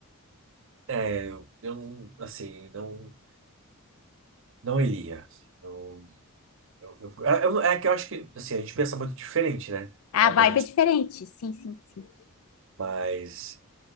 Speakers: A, on the right; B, on the left.
A: é, eu, eu não, assim, não, não iria. Eu, eu- eu- é é que eu acho que, assim, a gente pensa muito diferente, né?
B: A
A: Obviamente.
B: vibe é diferente, sim, sim, sim.
A: Mas.